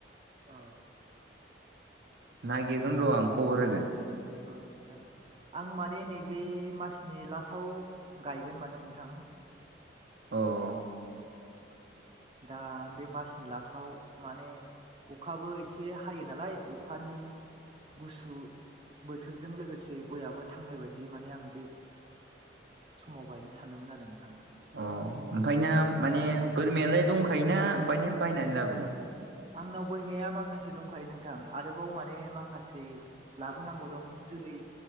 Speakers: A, on the right; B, on the right.
A: औ।
B: नागिरगोन र' आं खबर होगोन।
A: औ जागोन आं माने नैबे मासनि लास्टाव गायगोन माने नोंथां।
B: औ औ।
A: दा बे मासनि लास्टाव माने अखाबो एसे हायो नालाय अखानि गुसु बोथोरजों लोगोसे गयाबो थांनाय बायदि माने आं बे समाव गायनो सानदोंमोन आरो नोंथां।
B: अ ओमफ्राय नों माने बोरमायालाय दंखायोना अब्बानि बायनानै लाबोगोन?
A: आंनाव बोरमाया माखासे दंखायो नोंथां आरोबाव माने माखासे लाबोनांगौ दं जो लै